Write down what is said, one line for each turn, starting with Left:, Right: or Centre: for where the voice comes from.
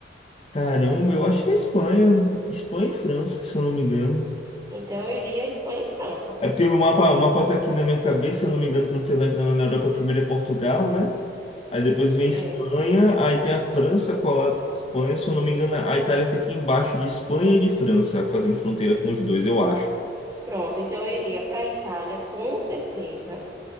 Left: Caramba, eu acho que é Espanha. Espanha e França, se eu não me engano.
Right: Então eu iria Espanha e França.
Left: É porque o mapa, o mapa tá aqui na minha cabeça, se eu não me engano, quando você vai entrando na Europa, primeiro é Portugal, né? Aí depois vem Espanha,
Right: É.
Left: aí tem a França colada com a Espanha, se eu não me engano, a Itália fica embaixo de Espanha e de França, fazendo fronteira com os dois, eu acho.
Right: Pronto, então eu iria para a Itália, com certeza.